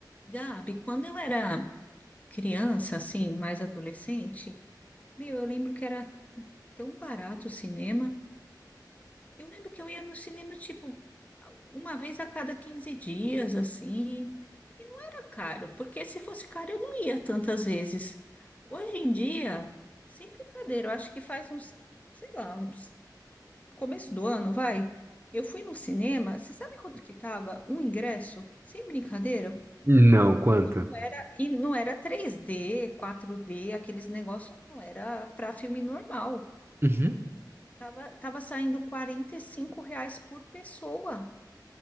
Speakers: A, on the left (about 20°); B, on the right (about 30°).
A: Gabi, quando eu era criança, assim, mais adolescente, meu, eu lembro que era tão barato o cinema. Eu lembro que eu ia no cinema, tipo, uma vez a cada 15 dias, assim, e não era caro, porque se fosse caro eu não ia tantas vezes. Hoje em dia, sem brincadeira, eu acho que faz uns, sei lá, uns começo do ano, vai. Eu fui no cinema, você sabe quanto que tava um ingresso? Sem brincadeira,
B: Não, quanto?
A: E não era, e não era 3D, 4D, aqueles negócios, não, era para filme normal.
B: Uhum.
A: Tava, tava saindo 45 reais por pessoa,